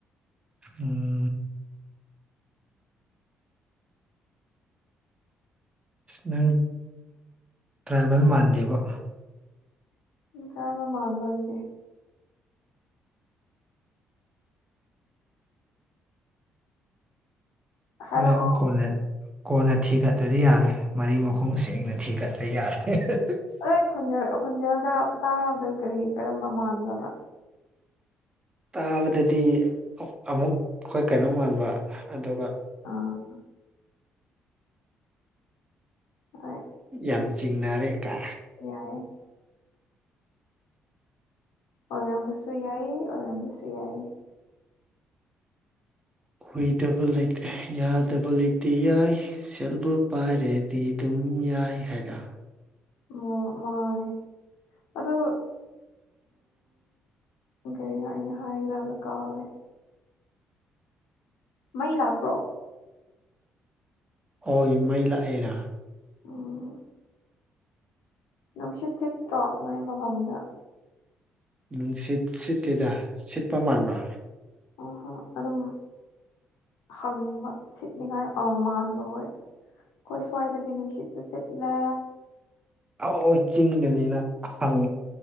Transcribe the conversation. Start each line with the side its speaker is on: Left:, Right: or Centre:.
Right: ꯎꯝ ꯅꯪ ꯇ꯭ꯔꯥꯏꯕꯦꯜ ꯃꯥꯟꯗꯦꯕ
Left: ꯏ ꯀꯔ ꯃ ꯃꯥꯟꯕꯁꯗꯤꯦ ꯍꯥꯏꯔꯛꯑꯣ
Right: ꯍꯣꯔꯦꯟ ꯀꯣꯟꯅ ꯀꯣꯟꯅ ꯊꯤꯒꯠꯇ꯭ꯔꯗꯤ ꯌꯥꯔꯣꯏ ꯃꯔꯤ ꯃꯈꯣꯡ ꯁꯦꯡꯅ ꯊꯤꯒꯠꯇ꯭ꯔ ꯌꯥꯔꯣꯏ ꯍ
Left: ꯑꯩ ꯈꯣꯟꯖꯦꯜ ꯈꯣꯟꯖꯦꯜ ꯇꯥ ꯇꯥꯕꯗ ꯀꯔꯤ ꯀꯔꯝꯕ ꯃꯥꯟꯒ꯭ꯔꯕ
Right: ꯇꯥꯕꯗꯗꯤ ꯑꯃꯨꯛ ꯑꯩꯈꯣꯏ ꯀꯩꯅꯣ ꯃꯥꯟꯕ ꯑꯗꯨꯒ
Left: ꯑ ꯍꯣꯏ
Right: ꯌꯥꯝ ꯆꯤꯡꯅꯔꯦ ꯀꯥ
Left: ꯌꯥꯏꯌꯦ ꯑꯣꯏꯔꯝꯕꯁꯨ ꯌꯥꯏ ꯑꯣꯏꯔꯝꯕꯁꯨ ꯌꯥꯏ
Right: ꯍꯏꯗꯕ ꯌꯥꯗꯕ ꯂꯩꯇꯦ ꯌꯥꯏ ꯁꯦꯠꯕꯨ ꯄꯥꯏꯔꯦꯗꯤ ꯑꯗꯨꯝ ꯌꯥꯏ ꯍꯥꯏꯗ
Left: ꯃ ꯃꯥꯅꯦ ꯑꯗꯣ ꯎꯝ ꯀꯔꯤꯅꯣ ꯑꯩꯅ ꯍꯥꯏꯒ꯭ꯔꯥꯕꯗ ꯀꯥꯎꯔꯦ ꯃꯩ ꯂꯥꯛꯄ꯭ꯔꯣ
Right: ꯍꯣꯏ ꯃꯩ ꯂꯥꯛꯑꯦꯅ
Left: ꯑꯣ ꯅꯨꯡꯁꯤꯠ ꯁꯤꯠꯇ꯭ꯔꯣ ꯅꯣꯏ ꯃꯐꯝꯗꯣ
Right: ꯅꯨꯡꯁꯤꯠ ꯁꯤꯠꯇꯦꯗ ꯁꯤꯠꯄ ꯃꯥꯟꯕ꯭ꯔꯥ
Left: ꯑꯍꯣ ꯑꯗꯨꯝ ꯍꯪꯕ ꯁꯤꯠꯅꯤꯉꯥꯏ ꯃꯥꯟꯕ ꯍꯣꯏ ꯑꯩꯈꯣꯏ ꯁ꯭ꯋꯥꯏꯗꯗꯤ ꯅꯨꯡꯁꯤꯠꯁꯨ ꯁꯤꯠꯂꯦ
Right: ꯑ ꯆꯤꯡꯗꯅꯤꯅ ꯍꯪꯉꯤ